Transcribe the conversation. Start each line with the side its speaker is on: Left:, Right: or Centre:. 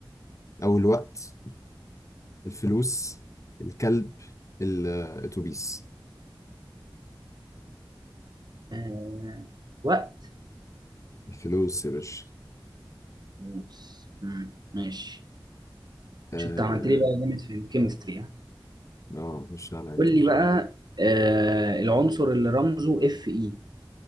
Left: أو الوقت الفلوس الكلب الأتوبيس
Right: آه... وقت
Left: الفلوس يا باشا
Right: موس مم، ماشي
Left: اه
Right: مش أنت عملت لي بقى جامد في الكيمستري ها؟
Left: آه، خش عليا
Right: قول
Left: طب
Right: لي بقى
Left: ايه
Right: آه... العنصر اللي رمزه اف اي